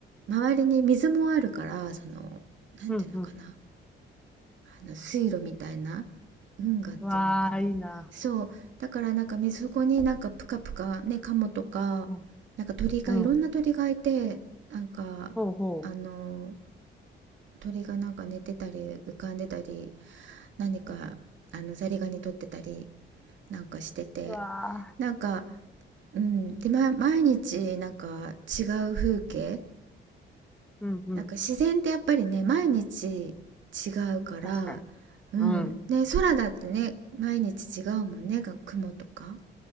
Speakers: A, on the right; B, in the centre.
A: 周りに水もあるからそのなんていうのかな
B: うん、うん。
A: あの水路みたいな運河っていうのかなそうだからなんかみそこになんかプカプカねカモとかなんか鳥がいろんな鳥がいてなんか
B: うわあ、いいな。うん、うん。ほうほ
A: あの鳥がなんか寝てたり浮かんでたり何かあのザリガニ取ってたりなんかしてて
B: う。うわあ。
A: なんか、うん、で、ま、毎日なんか違う風景
B: うん、うん。
A: なんか自然ってやっぱりね毎日違うから、
B: 確かに。
A: うん、
B: うん。
A: ね空だってね毎日違うもんねが雲とか